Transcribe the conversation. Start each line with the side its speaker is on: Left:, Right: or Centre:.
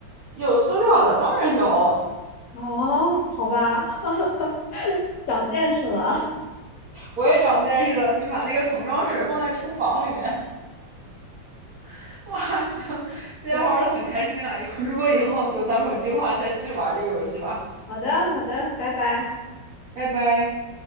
Right: 有塑料的，当然有。
Left: 哦，好吧，<laughs> 长见识了。
Right: 我也长见识了，你把那个桶装水放在厨房里面，<laughs> 哇，行，今天玩的很开心啊！
Left: 行，
Right: 以后如果以后有咱们有计划，再继续玩这个游戏吧。
Left: 好的，好的，拜拜。
Right: 拜拜。